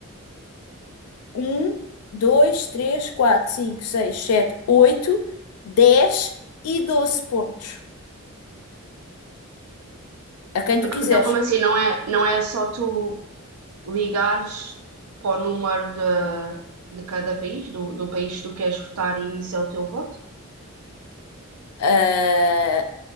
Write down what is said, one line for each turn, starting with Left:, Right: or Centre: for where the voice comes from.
Left: um, dois, três, quatro, cinco, seis, sete, oito, dez e 12 pontos a quem tu quiseres.
Right: Então, como assim? Não é, não é só tu ligares para o número de, de cada país, do, do país que tu queres votar, e isso é o teu voto?
Left: Eh,